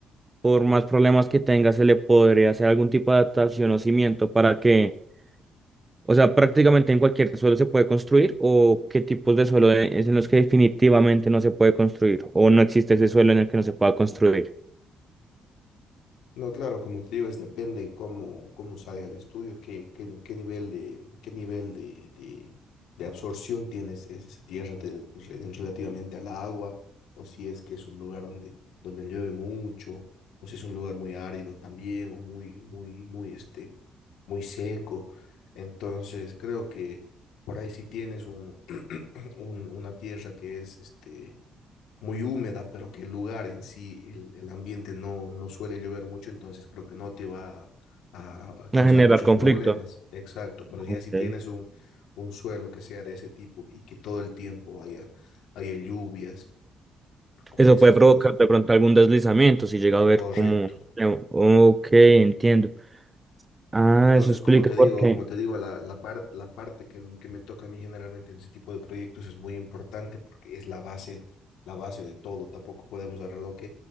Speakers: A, on the right; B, on the left.
A: por más problemas que tenga, se le podría hacer algún tipo de adaptación o cimiento para que O sea, prácticamente en cualquier suelo se puede construir o qué tipos de suelo de- es en los que definitivamente no se puede construir o no existe ese suelo en el que no se pueda construir.
B: No, claro, como te digo, es depende cómo, cómo salga el estudio, qué, qué, qué nivel de, qué nivel de, de, de absorción tiene es- es esa tierra te- re- en relativamente al agua, o si es que es un lugar donde, donde llueve mucho, o si es un lugar muy árido también, o muy, muy, muy, este, muy seco. Entonces, creo que por ahí si tienes un, <clears throat> un- una tierra que es este muy húmeda, pero que el lugar en sí, el, el ambiente no, no suele llover mucho, entonces creo que no te va a, a causar
A: A generar
B: muchos
A: conflicto.
B: problemas. Exacto, pero ya
A: Ok.
B: si tienes un, un suelo que sea de ese tipo y que todo el tiempo haya, haya lluvias o
A: Eso
B: esas
A: puede provocar
B: cosas,
A: de pronto algún deslizamiento si llega a haber
B: correcto.
A: como... Ok, entiendo. Ah,
B: Entonces,
A: eso explica
B: como te
A: por
B: digo,
A: qué.
B: como te digo, la, la, par- la parte que, m- que me toca a mí generalmente en ese tipo de proyectos es muy importante porque es la base, la base de todo. Tampoco podemos dar al ok